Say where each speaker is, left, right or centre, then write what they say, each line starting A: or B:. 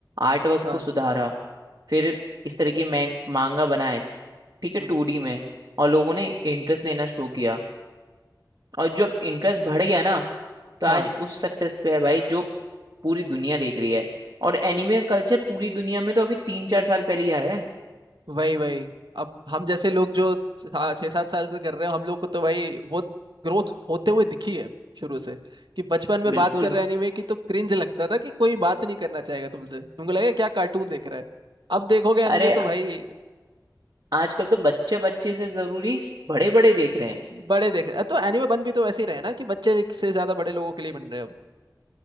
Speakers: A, on the right; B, on the right.
A: आर्ट वर्क
B: हाँ
A: को सुधारा फिर इस तरह के मैं मांगा बनाए ठीक है
B: हम्म
A: टू डी में और लोगों ने इंटरेस्ट लेना शुरू किया और जब इंटरेस्ट बढ़ गया ना तो
B: हाँ
A: आज उस सक्सेस पे है भाई जो पूरी दुनिया देख रही है और एनिमे का कल्चर पूरी दुनिया में तो अभी तीन चार साल पहले ही आया है
B: वही वही अब हम जैसे लोग जो छह छह सात साल से कर रहे हैं हम लोग को तो भाई वो ग्रोथ होते हुए दिखी है शुरू से कि बचपन में बात
A: बिल्कुल
B: कर रहे एनीमे की तो क्रिंज लगता था कि कोई बात नहीं करना चाहेगा तुमसे तुमको लगेगा क्या कार्टून देख रहा है अब देखोगे एनीमे
A: अरे
B: तो भाई
A: आजकल तो बच्चे बच्चे से जरूरी बड़े बड़े देख रहे हैं
B: बड़े देख रहे हैं तो एनीमे बन भी तो वैसे ही रहे ना कि बच्चे से ज्यादा बड़े लोगों के लिए बन रहे हैं अब